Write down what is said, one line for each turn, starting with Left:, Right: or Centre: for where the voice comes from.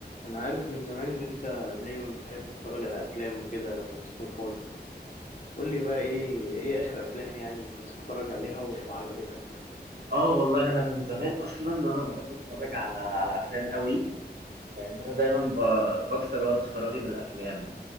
Left: انا عارف من زمان ان انت دايما بتحب تتفرج على افلام وكده لما تكون فاضي قول لي بقى ايه ايه اخر افلام يعني كنت تتفرج عليها وعجبتك
Right: اه والله انا من زمان اصلا وانا بحب اتفرج على على افلام قوي لان انا دايما ب- بكسر وقت فراغي بالافلام